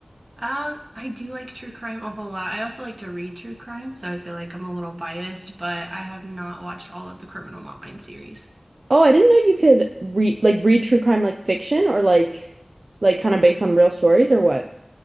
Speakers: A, on the right (about 50°); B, on the right (about 75°).
A: um I do like true crime a whole lot. I also like to read true crime, so I feel like I'm a little biased, but I have not watched all of the Criminal Minds series.
B: Oh, I didn't know you could read like read true crime like fiction or like like kind of based on real stories or what?